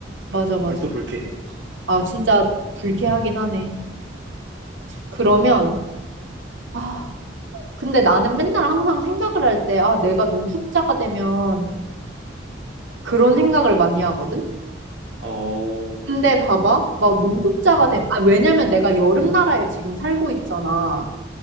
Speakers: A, on the right (about 80°); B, on the right (about 60°).
A: 맞아, 맞아.
B: 벌써 불쾌해.
A: 아, 진짜 불쾌하긴 하네. 그러면, 아, 근데 나는 맨날 항상 생각을 할 때, 아, 내가 노숙자가 되면 그런 생각을 많이 하거든?
B: 어, 어.
A: 근데 봐봐, 막 노숙자가 된, 아, 왜냐면 내가 여름 나라에 지금 살고 있잖아.